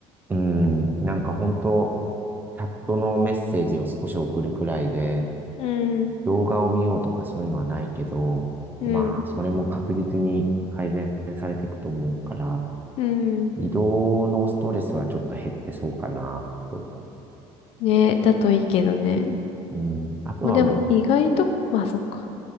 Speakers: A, on the right; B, on the left.
A: うん、なんか本当チャットのメッセージを少し送るくらいで、
B: うん、
A: 動画を見ようとかそういうのはないけど、
B: うん、
A: まあそれも確実に改善されていくと思うから、
B: うん。
A: 移動のストレスはちょっと減ってそうかなって思
B: ね、だといいけどね。
A: う。うん、あとは
B: まあでも意外と、まあそっか。